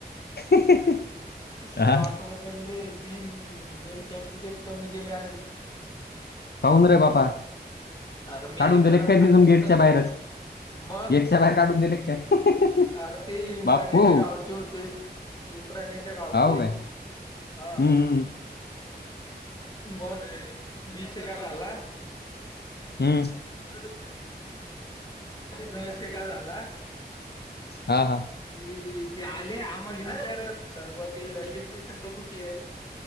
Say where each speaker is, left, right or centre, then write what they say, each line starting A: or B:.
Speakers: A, on the left; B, on the left.
A: <unintelligible>
B: स्लॉट
A: हा
B: बदलले तीन मेल कँडीडेट कमी केले आम्ही.
A: कौन रे बाबा?
B: अरे मेल
A: काढून दिले
B: कराच
A: काय
B: लागतील
A: तिथून गेटच्या
B: ना
A: बाहेरच
B: मग
A: गेटच्या बाहेर काढून दिले की काय?
B: अरे ते इम्राण्याच्या
A: बापू
B: गावचे होते इम्राण्याच्या गावचे
A: हाव काय
B: ह
A: हम्म हम
B: मग विषय काय झाला?
A: हम्.
B: <unintelligible> विषय काय झाला
A: हां -हां.
B: कि ते आले आम्हाला विचारत सर ब ते रजिस्ट्रेशन च कुठे आहे?